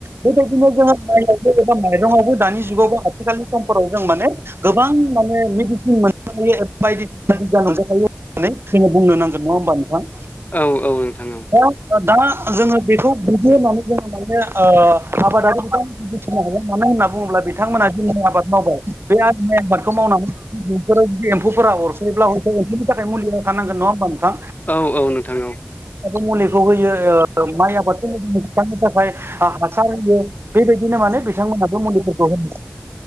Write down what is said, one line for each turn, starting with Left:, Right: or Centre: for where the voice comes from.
Right: बेबायदिनो जोङो माइआवबो एबा माइरङआवबो दानि जुगाव आथिखालनि समफोराव जों माने गोबां माने मेडिसिन मोननो हायो बायदिसिना जानाबो थायो। नै जों बुंनो नांगोन नङा होनबा नोंथां।
Left: औ औ नोंथां औ
Right: दा- दा जोङो बेखौ बिदि होननानै जोङो माने आबादारि बिथांमोन मानो होनना बुङोब्ला बि बिथांमोना जि माइ आबाद मावबाय बे माइ आबादखौ मावनानै फोर जि एम्फौफोरा अर जेब्ला थाखाय मुलि होखानांगोन नङा होनबा नोंथां
Left: औ -औ नोंथां औ
Right: दाथ' मुलिखौ होयो ओ माइ आबादखौ थाखाय हासार होयो बेबायदिनो माने बिथांमोनाबो मुलिफोरखौ होनो